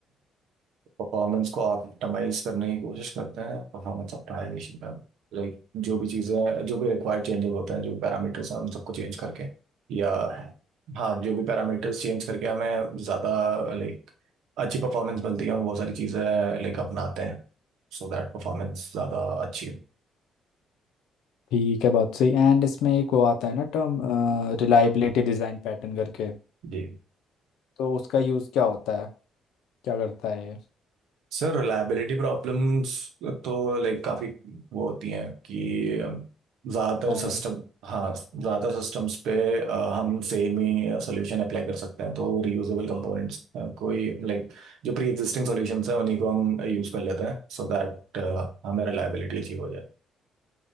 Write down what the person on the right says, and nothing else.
परफॉर्मेंस को ऑप्टिमाइज करने की कोशिश करते हैं परफॉर्मेंस ऑप्टिमाइजेशन पे लाइक जो भी चीज़ें जो भी रिक्वायर्ड चेंजेस होते हैं जो भी पैरामीटर्स हैं उन सबको चेंज करके या हाँ जो भी पैरामीटर्स चेंज करके हमें ज़्यादा लाइक अच्छी परफॉर्मेंस मिलती है हम वो सारी चीज़ें लाइक अपनाते हैं सो दैट परफॉर्मेंस ज़्यादा अच्छी हो
जी
सर रिलायबिलिटी प्रॉब्लम्स तो लाइक काफ़ी वो होती हैं कि ज़्यादातर
सिस्टम हाँ ज़्यादातर सिस्टम्स पे अ, हम सेम ही सोल्यूशन अप्लाई कर सकते हैं तो रीयूजेबल कंपोनेंट्स कोई लाइक जो प्री एग्जिस्टिंग सोल्यूशंस हैं उन्हीं को हम यूज़ कर लेते हैं सो दैट हमें रिलायबिलिटी अचीव हो जाए